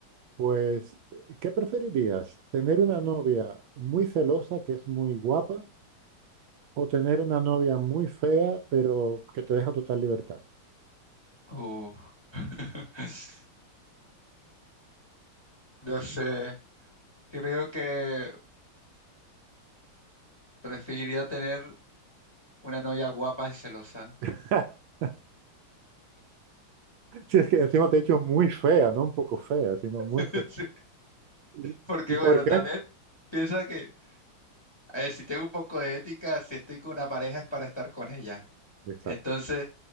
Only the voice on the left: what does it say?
Uf. <laughs> No sé, creo que preferiría tener una novia guapa y celosa.
<laughs>
Sí,
porque
bueno,
también piensa que, a ver, si tengo un poco de ética, si estoy con una pareja es para estar con ella.
Entonces,